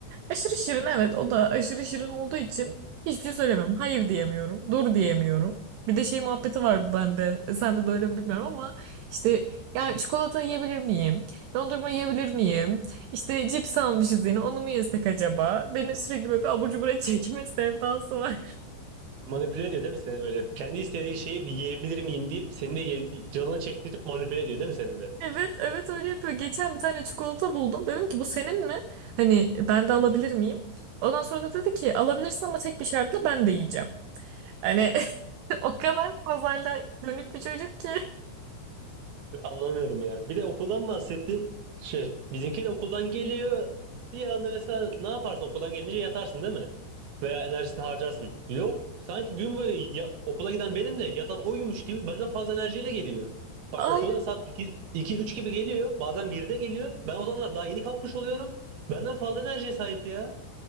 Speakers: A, on the right (about 85°); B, on the right (about 65°).
A: Aşırı şirin evet. O da aşırı şirin olduğu için hiçbir şey söylemiyorum. Hayır diyemiyorum. Dur diyemiyorum. Bir de şey muhabbeti var bende. Sende de öyle mi bilmiyorum ama işte ya çikolata yiyebilir miyim? Dondurma yiyebilir miyim? İşte cips almışız yine. Onu mu yesek acaba? Beni sürekli böyle bir abur cubura çekme sevdası var.
B: Manipüle ediyor değil mi seni böyle? Kendi istediği şeyi bir yiyebilir miyim deyip seni de ye- canını çektirip manipüle ediyor değil mi seni de?
A: Evet, evet öyle yapıyor. Geçen bir tane çikolata buldum. Dedim ki bu senin mi? Hani ben de alabilir miyim? Ondan sonra da dedi ki alabilirsin ama tek bir şartla ben de yiyeceğim. Hani <laughs> o kadar pazarla dönük bir çocuk ki.
B: Anlamıyorum ya. Bir de okuldan bahsettin. Şey, bizimki de okuldan geliyor. Bir anda mesela ne yaparsın okuldan gelince yatarsın değil mi? Veya enerjisini harcarsın. Yok. Sanki gün boyu ya- okula giden benim de yatan oymuş gibi benden fazla enerjiyle geliyor. Bak
A: <laughs>
B: okula saat iki üç gibi geliyor. Bazen 1'de geliyor. Ben o zamanlar daha yeni kalkmış oluyorum. Benden fazla enerjiye sahip ya.